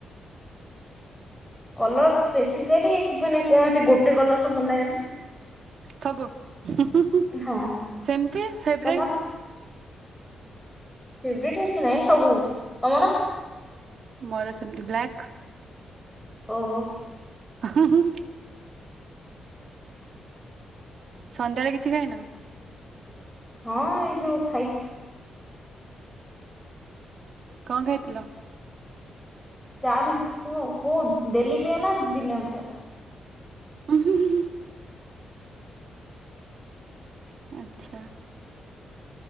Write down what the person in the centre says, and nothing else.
କଲର ସ୍ପେସିଫିକାଲି ମାନେ କୌଣସି ଗୋଟେ କଲର ତ ଭଲ ଲାଗେ ନା।
ହଁ
ତମର ଫେବେରାଇଟ୍ କିଛି ନାଇଁ ସବୁ ତମର।
ଓହୋ।
ହଁ ଏଇ ଯୋଉ ଖାଇଛି।
ଚା ବିସ୍କୁଟ ସହ ଆଉ ମୁଁ ଡେଲି ପିଏ ନା ଦିନେ ଅଧେ ଆଉ।